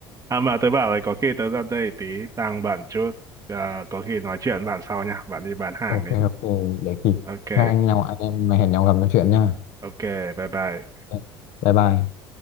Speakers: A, on the right; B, on the left.
A: à mà tớ bảo là có khi tớ ra đây tí đang bận chút à, có khi nói chuyện bạn sau nha bạn đi bán hàng
B: <laughs> ok
A: đi
B: ok để khi
A: ok
B: các anh nào anh em hẹn nhau gặp nói chuyện nha
A: ok bye bye
B: Ok, bye bye